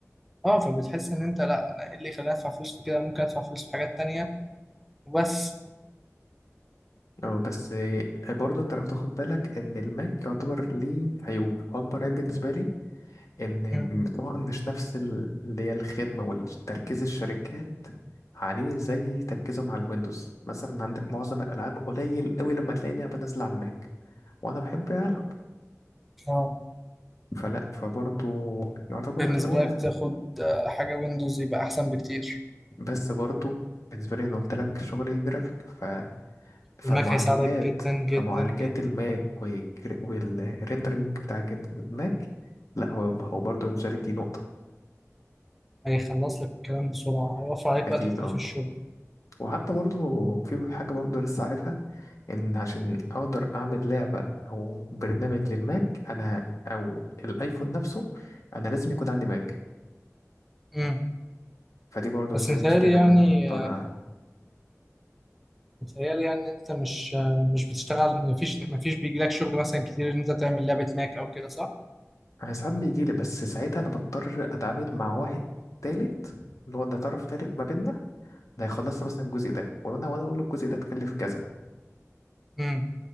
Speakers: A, in the centre; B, on the left.
A: اه فبتحس ان انت لا انا ايه اللي يخليني ادفع فلوس في كده ممكن ادفع فلوس في حاجات تانية وبس
B: اه بس برضو انت لو تاخد بالك ان الماك يعتبر ليه عيوب واكبر عيب بالنسبه لي ان
A: مم.
B: طبعا مش نفس ال- اللي هي الخدمه والتركيز الشركات عليه زي تركيزهم على الويندوز مثلا عندك معظم الالعاب قليل قوي لما تلاقي لعبه نازله على الماك وانا بحب العب
A: اه
B: فلا فبرضه يعتبر
A: بالنسبة
B: اللي هو
A: لك تاخد آه، حاجة ويندوز يبقى احسن بكتير
B: بس برضه بالنسبه لي انا قلت لك شغلي جرافيك ف فمعالجات
A: الماك هيساعدك جدا جدا
B: فمعالجات
A: جدا
B: الماك والجر- والريندرنج بتاع الجن- الماك لا هو هو برضه بالنسبه لي دي نقطه
A: هيخلص لك الكلام بسرعة هيوفر عليك
B: اكيد
A: وقت كتير
B: اه
A: في الشغل
B: وحتى برضه في حاجة برضه لسه عارفها إن عشان أقدر أعمل لعبة أو برنامج للماك أنا أو الأيفون نفسه أنا لازم يكون عندي ماك
A: مم.
B: فدي برضه
A: بس
B: نزل
A: متهيألي
B: مشكلة
A: يعني
B: إن أنا هضطر أ-
A: متهيألي يعني إن أنت مش آه، مش بتشتغل مفيش مفيش بيجيلك شغل مثلا كتير إن أنت تعمل لعبة ماك أو كده صح؟
B: أنا ساعات بيجيلي بس ساعتها أنا بضطر أتعامل مع واحد تالت اللي هو ده طرف تالت ما بيننا ده هيخلص لي مثلا الجزء ده وأنا وأنا أقول له الجزء ده تكلف كذا
A: مم.